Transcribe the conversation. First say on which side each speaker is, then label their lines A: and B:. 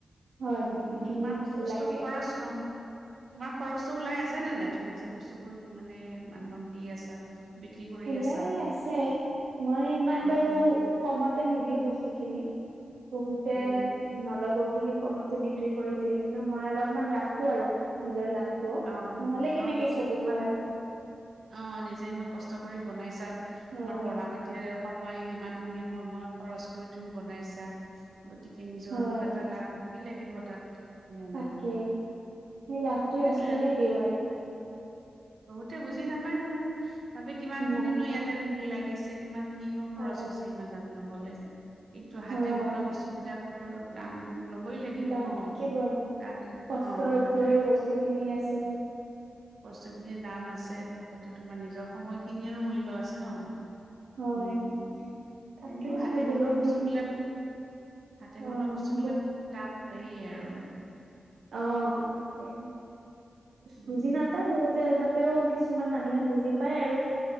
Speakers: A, on the right; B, on the right.
A: হয়
B: উম্ উম
A: বহুতখিনি
B: তোমাৰ খৰচটো
A: বস্তু লাগে
B: খৰচ অ' তোমাৰ খৰচটো ওলাই আছে। ছে নে নাই তুমি যে বস্তু বোৰ মানে মানুহক দি আছা। বিক্ৰী কৰি
A: ওলাই
B: আছা।
A: <unintelligible> মই ইমান
B: অ
A: বাৰু
B: উম
A: কমতে নিদিও বস্তু। যিখিনি বহুতে
B: উম উম,
A: নলব বুলি। কমতে বিক্ৰী কৰি দিয়ে কিন্তু মই অলপমান ৰাখো আৰু নিজৰ লাভ। তো
B: অ উম,
A: নহ'লে কেনেকে
B: অ নিজে
A: চলিব
B: ইমান
A: আৰু।
B: অ' নিজে ইমান কষ্ট কৰি বনাইছা।
A: হয়
B: আমাৰ পঢ়া পাতিৰে। মই কিমান দিনে সময় খৰচ কৰি তুমি বনাইছা। গতিকে নিজৰো
A: হয়
B: কিবা এটা লাভ হ'ব। লাগিব তাত। হয়নে
A: তাকে,
B: নহয়
A: সেই লাভটো
B: ঠিকে
A: ৰাখিহে
B: আছে দে।
A: দিওঁ আৰু
B: বহুতে বুজ। <unintelligible> নাপায় নহয়। ভাবে কিমান খিনিনো
A: নাপায়
B: ইয়াতে ভুল লাগিছে। <unintelligible> কিনো খৰচ
A: হয়
B: আছে ইমান <unintelligible> কলেজ। কিন্তু হাতে
A: হয়,
B: বনোৱা বস্তুবিলাক। <unintelligible> দাম <unintelligible>
A: দাম
B: ন
A: থাকিবই
B: তাত
A: কষ্টৰ
B: অ তাতে
A: উপৰিও বস্তু খিনি আছে।
B: বস্তুখিনিৰ দাম আছে লগতে তোমাৰ নিজৰ সময়খিনিৰো মূল্য আছে ন।
A: হয়
B: উ
A: তাকে
B: এনেও হাতে
A: বহুখিনি
B: বনৰোৱা বস্তু বিলাক হাতে
A: অ
B: বন বস্তু বিলাক
A: বহু-
B: দাম। স আৰু আৰু
A: অ' তাকে।
B: উম
A: বুজি নাপায় বহুতে কিছুমান মানুহে বুজি পায় আৰু